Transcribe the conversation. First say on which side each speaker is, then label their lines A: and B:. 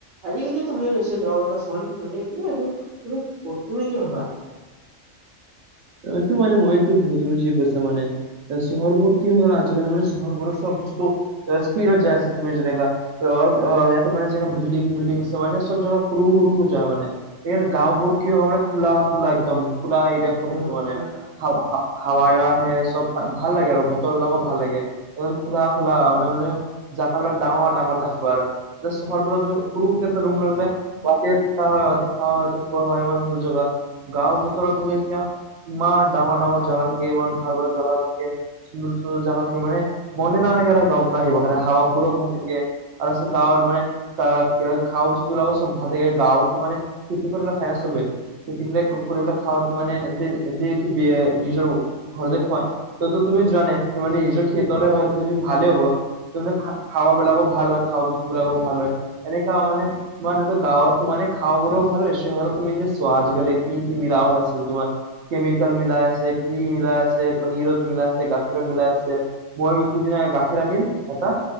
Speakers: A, on the right (about 80°); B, on the right (about 65°).
A: আজিকালিতো হৈ গৈছে গাঁৱতো ফোন মানে এইটোয়ে আৰু তুমি, তুমি কি ভাবা?
B: এইটো মানে মইও ভাবো তুমি যি কৈছা মানে। চহৰবোৰ কি হয় আজিকালি মানে চহৰবোৰৰ চব বস্তু স্পিডত যায় আছে তুমি যেনেকা অ', ইয়াতে মানে বিলডিং বিল্ডিং আছে মানে চব জেগা সৰু সৰু হৈ যায় মানে। <unintelligible> গাঁওবোৰ কি হয় মানে খোলা খোলা একদম খোলা এৰিয়াখন
A: অ
B: থাকে মানে।
A: হয়
B: হাৱ-হাৱাইও আহে চব ভাল লাগে আৰু বতৰ বিলাকো ভাল লাগে। একদম খোলা খোলা, মান মানে জাগাবিলাক ডাঙৰ ডাঙৰ দেখা পোৱা আৰু। এতিয়া চহৰবোৰত গৈ সৰুকে এটা ৰুম লৈ পেলাই ইয়াতে থকা হয়, ইয়াতে খোৱা হয়, ইয়াতে শোৱা হয় ইমা সৰু জেগাত। গাঁওৰ বতৰতো তুমি এতিয়া ইমান ডাঙৰ-ডাঙৰ জাগা থাকে, ইমান ভাল-ভাল জাগা থাকে। সুন্দৰ-সুন্দৰ জাগা থাকে, মানে মনে নালাগে আৰু গাঁৱৰ পৰা আহিব কাৰণে হাৱাবোৰো ভাল থাকে। আৰু আছে গাঁৱত মানে ত খোৱা বস্তু বিলাক চব ভাল থাকে। গাঁৱতো মানে খেতি কৰি খায় ন চবে। খেতিবিলাক কৰি পেলাই খাৱাত মানে এনতে-এনতে এইটো নিজৰ ঘৰতে খুৱাই। ততো তুমি জানে কি মানে নিজৰ খেতিৰে হয় যদি ভালে হ'ব। তাৰমানে খাৱাবিলাকো ভাল হয়, খোৱা বস্তু বিলাকো ভাল হয়। এনেকা মানে তোমাৰ এইটো গাঁৱৰতো মানে খোৱাবোৰও ভাল হয়, চহৰত তুমি এতিয়া চোৱা আজিকালি কি কি মিলা হৈ আছিল তোমাৰ। কেমিকেল মিলাই আছে, কি মিলাই আছে, পনীৰত মিলাই আছে, গাখীৰো মিলাই আছে। মই সিটোদিনা গাখীৰ আনিম এটা,